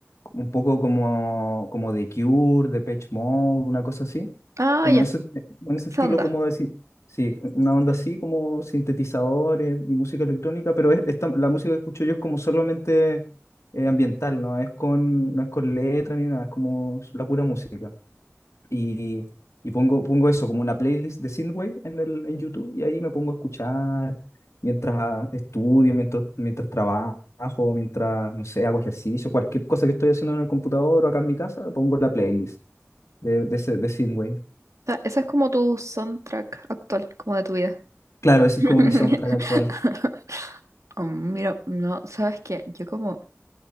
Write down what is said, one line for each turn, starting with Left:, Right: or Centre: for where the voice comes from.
Left: un poco como, como The Cure, Depeche Mode, una cosa así,
Right: Ah,
Left: con
Right: ya,
Left: ese, con ese
Right: esa
Left: estilo
Right: onda.
Left: como decir, sí, una onda así como sintetizadores y música electrónica, pero es- esta- la música que escucho yo es como solamente eh, ambiental, no es con, no es con letra ni nada, es como la pura música. Y, y pongo, pongo eso como una playlist de Synthwave en el, en YouTube y ahí me pongo a escuchar mientras estudio, mientras, mientras trabajo, mientras, no sé, hago ejercicio, cualquier cosa que estoy haciendo en el computador o acá en mi casa, pongo la playlist de, de, ese- de Synthwave.
Right: O sea, esa es como tu soundtrack actual, como de tu vida.
Left: Claro, ese
Right: <laughs>
Left: es como mi soundtrack actual.
Right: Mm, mira, no, ¿sabes qué? Yo como